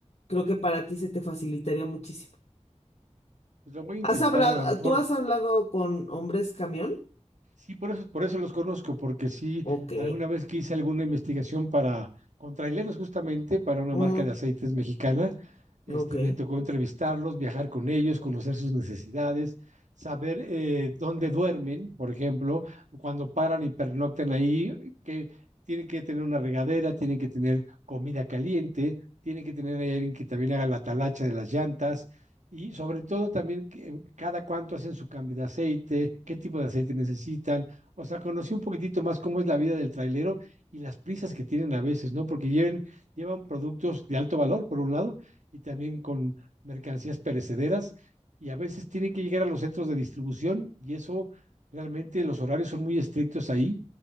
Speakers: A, on the left; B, on the right.
A: creo que para ti se te facilitaría muchísimo.
B: Pues lo voy a intentar
A: ¿Has hablado,
B: a lo mejor.
A: tú has hablado con hombres camión?
B: Sí, por eso, por eso los conozco, porque sí,
A: Ok.
B: alguna vez que hice alguna investigación para con traileros justamente para una
A: Mm,
B: marca de aceites mexicana, este,
A: ok.
B: me tocó entrevistarlos, viajar con ellos, conocer sus necesidades, saber eh, dónde duermen, por ejemplo, cuando paran y pernoctan ahí, que tienen que tener una regadera, tienen que tener comida caliente, tienen que tener ahí alguien que también haga la talacha de las llantas, y sobre todo también que- eh, cada cuánto hacen su cambio de aceite, qué tipo de aceite necesitan. O sea, conocí un poquitito más cómo es la vida del trailero y las prisas que tienen a veces, ¿no? Porque lleven- llevan productos de alto valor, por un lado, y también con mercancías perecederas, y a veces tienen que llegar a los centros de distribución y eso realmente los horarios son muy estrictos ahí.